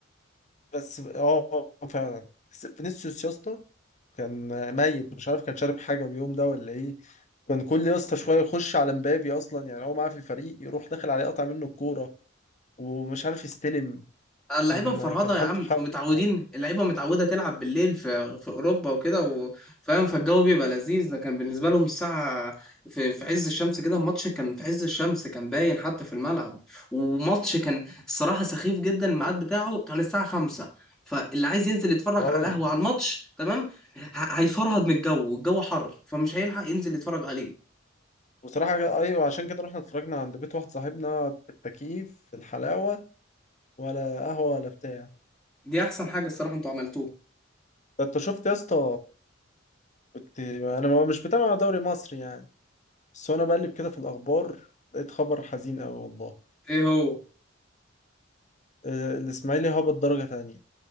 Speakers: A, on the left (about 35°); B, in the centre.
A: بس اه فعلا بس فينيسيوس يا اسطى كان ميت مش عارف كان شارب حاجه اليوم ده ولا ايه كان كل يا اسطى شويه يخش على مبابي اصلا يعني هو معاه في الفريق يروح داخل عليه قطع منه الكوره ومش عارف يستلم
B: اللعيبه
A: كان
B: مفرهده
A: كان حالته
B: يا عم
A: حاجه
B: متعودين اللعيبه متعوده تلعب بالليل في في اوروبا وكده و- فاهم فالجو بيبقى لذيذ لكن بالنسبه لهم الساعه في, في عز الشمس كده الماتش كان في عز الشمس كان باين حتى في الملعب وماتش كان الصراحه سخيف جدا الميعاد بتاعه كان الساعه 5 فاللي عايز ينزل يتفرج
A: اه
B: على القهوه على الماتش تمام ه- هيفرهد من الجو والجو حر فمش هيلحق ينزل يتفرج عليه
A: بصراحة أيوة عشان كده رحنا اتفرجنا عند بيت واحد صاحبنا في التكييف في الحلاوة ولا قهوة ولا بتاع
B: دي احسن حاجه الصراحه انتوا عملتوها
A: ده أنت شفت يا اسطى كنت أنا ما- مش بتابع دوري مصري يعني بس وأنا بقلب كده في الأخبار لقيت خبر حزين أوي والله
B: ايه هو
A: آه، الإسماعيلي هبط درجة تانية